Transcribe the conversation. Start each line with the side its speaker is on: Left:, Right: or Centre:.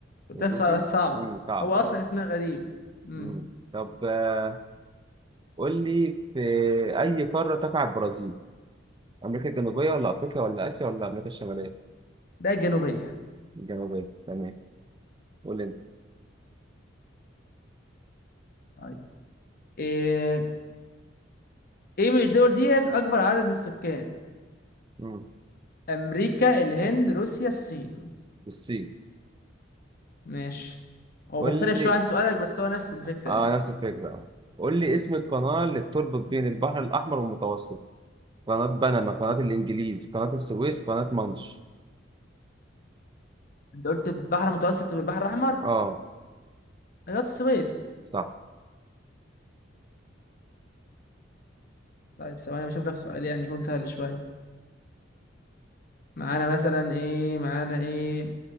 Left: قلت
Right: مبروكي
Left: لك صعب صعب
Right: امم صعب
Left: هو اصلا
Right: اه
Left: اسمها غريب امم
Right: مم. طب آه، قول لي في أي قارة تقع البرازيل أمريكا الجنوبية ولا أفريقيا ولا آسيا ولا أمريكا الشمالية
Left: ده الجنوبيه
Right: الجنوبية تمام قول لي انت.
Left: طيب ايه ايه من الدول ديت اكبر عدد من السكان
Right: مم.
Left: امريكا الهند روسيا الصين
Right: بصي
Left: ماشي هو
Right: قول
Left: مختلف
Right: لي
Left: شويه عن سؤالك بس هو نفس الفكره
Right: اه
Left: يعني
Right: نفس الفكرة اه قول لي
Left: امم
Right: اسم القناة اللي بتربط بين البحر الأحمر والمتوسط قناة بنما قناة الإنجليز قناة السويس قناة مانش
Left: انت قلت البحر المتوسط والبحر الاحمر
Right: اه
Left: قناه السويس
Right: صح
Left: طيب ثواني بشوف لك سؤال يعني يكون سهل شويه معانا مثلا ايه معانا ايه